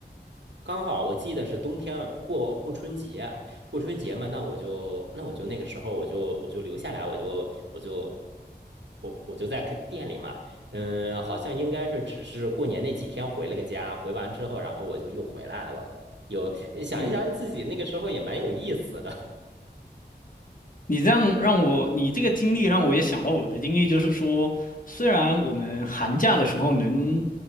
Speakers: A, on the right; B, on the left.
A: 刚好我记得是冬天过过春节，过春节嘛，那我就那我就那个时候我就我就留下来，我就我就我我就在开店里嘛，嗯，好像应该是只是过年那几天回了个家，回完之后，然后我就又回来了。有想一想自己那个时候也蛮有意思的，
B: 嗯。你这样让我，你这个经历让我也想到我的经历，就是说，虽然我们寒假的时候能，